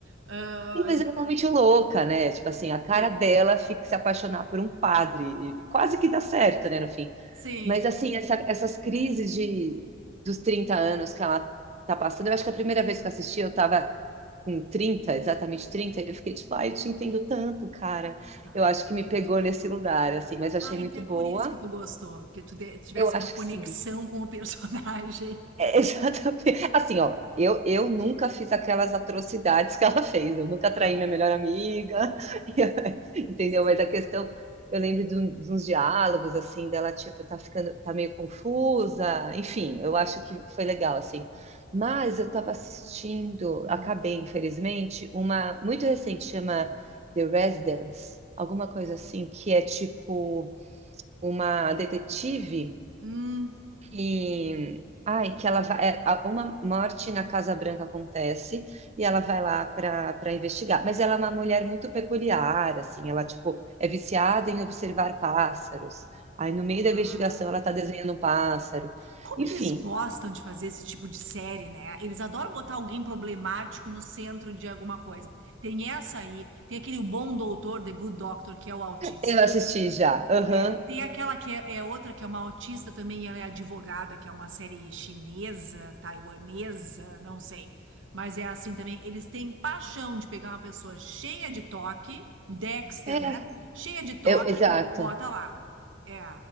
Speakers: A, on the right (about 85°); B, on the right (about 35°).
A: Ah,
B: Sim, mas ela é muito louca, né? Tipo assim, a cara
A: sim,
B: dela fica se apaixonar por um padre. E quase que dá certo, né, no fim.
A: sim.
B: Mas assim, essa- essas crises de, dos 30 anos que ela tá passando, eu acho que a primeira vez que eu assisti, eu tava com trinta exatamente trinta e eu fiquei tipo, ai, eu te entendo tanto, cara.
A: Ah,
B: Eu acho que me
A: entendi.
B: pegou nesse lugar, assim, mas achei
A: Ah,
B: muito
A: então é
B: boa.
A: por isso que tu gostou, porque tu de- tivesse
B: Eu acho
A: uma conexão
B: que sim.
A: com o personagem.
B: É, <laughs> exatamente. Assim, ó, eu, eu nunca fiz aquelas atrocidades que ela fez. Eu nunca traí
A: <laughs> Aham,
B: minha melhor amiga, <laughs> entendeu?
A: sim.
B: Mas a questão, eu lembro de, um- de uns diálogos, assim, dela, tipo, tá ficando, tá meio confusa. Enfim, eu acho que foi legal, assim. Mas eu tava assistindo,
A: Hum.
B: acabei, infelizmente, uma muito recente, chama The Residence, alguma coisa assim, que é tipo uma detetive
A: Hum.
B: e ai, que ela vai, é, a- uma morte na Casa Branca acontece e ela vai lá para para investigar. Mas ela é uma mulher muito peculiar, assim, ela tipo é viciada em observar pássaros. Aí no meio da
A: Ah,
B: investigação ela tá desenhando
A: entendi.
B: um pássaro.
A: Como
B: Enfim,
A: eles gostam de fazer esse tipo de série, né? Eles adoram botar alguém problemático no centro de alguma coisa. Tem essa aí, tem aquele O bom doutor, The Good Doctor, que é o autista.
B: eu assisti já. Aham.
A: É, tem aquela que é, é outra que é uma autista também, e ela é advogada, que é uma série chinesa, taiwanesa, não sei. Mas é assim também, eles têm paixão de pegar uma pessoa cheia de toque, Dexter,
B: É,
A: né? Cheia de toque
B: eu, exato.
A: e bota lá. É.